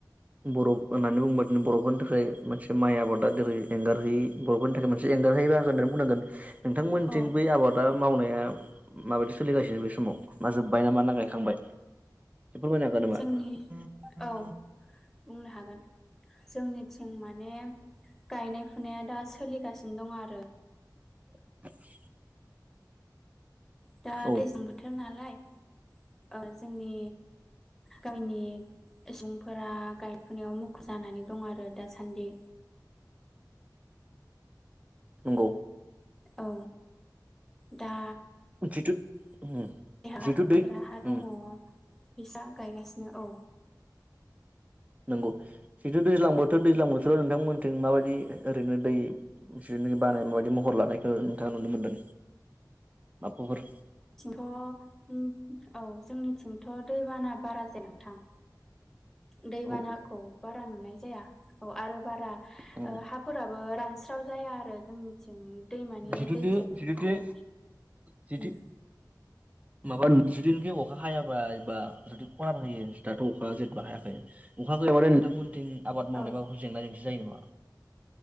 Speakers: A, on the right; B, in the centre.
A: बर' होननानै बुंङोबा दि बर'फोरनि थाखाय मोनसे माइ आबादा जेरै एंगारहायै बर'फोरनि थाखाय मोनसे एंगारहायै बाहागो होननानै बुंनांगोन। नोंथांमोनथिं
B: औ
A: बै आबादा मावनाया माबायदि सोलिगासिनो बे समाव मा जोब्बाय ना मा ना गायखांबाय? एसे फोरमायनो हागोन नामा?
B: जोंनि औ बुंनो हागोन। जोंनिथिं माने गायनाय फुनाया दा सोलिगासिनो दं आरो।
A: <inaudible>
B: दा
A: औ
B: दैज्लां बोथोर नालाय ओ जोंनि गामिनि सुबुंफोरा गायफुनायाव मुखुब जानानै दं आरो दासान्दि।
A: नंगौ।
B: औ दा
A: जिथु उम
B: जायहा
A: जिथु
B: गायग्रा
A: दै
B: हा दङ।
A: उम
B: बिसा गायगासिनो औ।
A: नंगौ जिथु दैज्लां बोथोर दैज्लां बोथोराव नोंथांमोनथिं माबायदि ओरैनो दै जो नि बानाय मयबादि महर लानायखौ नोंथाङा नुनो मोन्दों। माबाफोर
B: थिंथ' उम औ जोंनिथिंथ' दैबाना बारा जाया नोंथां। दैबानाखौ
A: औ
B: बारा नुनाय जाया औ आरो बारा
A: नंगौ
B: ओ हाफोराबो रानस्राव जाया आरो जोंनिथिं। दैमानि
A: जिथुदो
B: दैजोंहाय
A: जिथुदो जिथु
B: उम
A: जिथु माबा जुदिखि अखा हायाबा एबा जुदि खहाबो होयो दाथ' अखा जेनेबा हायाखै। अखा गैआबाथाय नोंथांमोनथिं आबाद मावनायबा
B: औ
A: जेंना जेंसि जायो नामा?